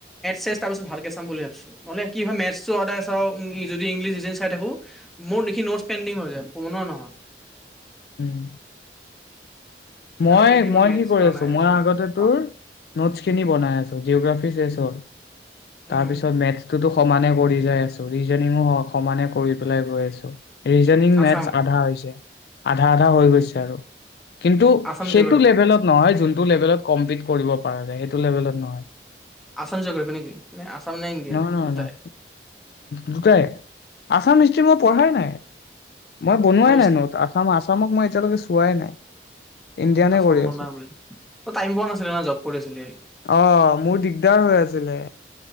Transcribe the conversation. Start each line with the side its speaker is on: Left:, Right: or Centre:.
Centre: চেষ্টা কৰিছো ভালকৈ চাম বুলি ভাবিছো। নহলে কি হয় মেটচটো সদায় চাও যদি ইংলিছ দুদিন চাই থাকো মোৰ নিখি নোটচ পেডিং হৈ যায়। বনোৱা নহয়।
Left: উম
Centre: কাৰণে
Left: মই
Centre: কেইদিনমান
Left: মই
Centre: মেথছ
Left: কি কৰি
Centre: লোৱা
Left: আছো।
Centre: নাই ৰিজনিং
Left: মই আগতে তোৰ
Centre: অ
Left: নোটছ খিনি বনাই আছো। জিঅগ্ৰাফি শেষ হ'ল।
Centre: উম
Left: তাৰপিছত মেটচথ তো সমানে কৰি যাই আছো। ৰিজনিংও হয় সমানে কৰি পেলাই গৈ আছো। ৰিজনিং
Centre: আছাম
Left: মেথছ আধা হৈছে। আধা আধা হৈ গৈছে আৰু কিন্তু?
Centre: আছাম
Left: সেইটো
Centre: জিঅ'গ্ৰাফী
Left: লেভেলত নহয় যোনটো লেভেলত কম্পিতি কৰিব পাৰা যায় সেইটো লেভেলত নহয়।
Centre: আছাম জিঅ'গ্ৰাফী নেকি নে আছাম নে ইণ্ডিয়ান
Left: নহয় নহয়।
Centre: দুটাই
Left: নাই দুটায়ে আছাম হিষ্ট্ৰী মোৰ পঢ়াই নাই। মই বনোৱাই
Centre: আছামিছ
Left: নাই ন'তচ আছাম আছামক মই এতিয়ালৈকে চোৱাই নাই। ইণ্ডিয়ানে
Centre: আছাম
Left: কৰি
Centre: বনাই
Left: আছো।
Centre: বোলে তই টাইম পোৱা নাছিলি না জব কৰিছিলি
Left: অহ মোৰ দিগদাৰ হৈ আছিলে।